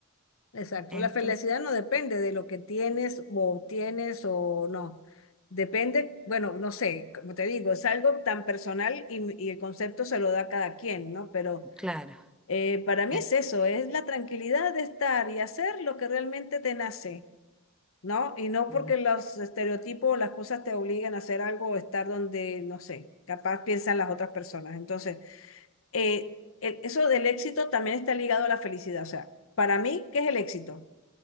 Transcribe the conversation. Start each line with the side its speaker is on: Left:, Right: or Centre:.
Left: Exacto.
Centre: entonces,
Left: La felicidad no depende de lo que tienes o obtienes o no. Depende, bueno, no sé, como te digo, es algo tan personal y, y el concepto se lo da a cada quien, ¿no? Pero
Centre: claro.
Left: eh, para mí
Centre: en-
Left: es eso, es la tranquilidad de estar y hacer lo que realmente te nace. ¿no? Y no porque
Centre: mm.
Left: los estereotipos o las cosas te obliguen a hacer algo o estar donde, no sé, capaz piensan las otras personas. Entonces, eh, el- eso del éxito también está ligado a la felicidad. O sea, para mí, ¿qué es el éxito?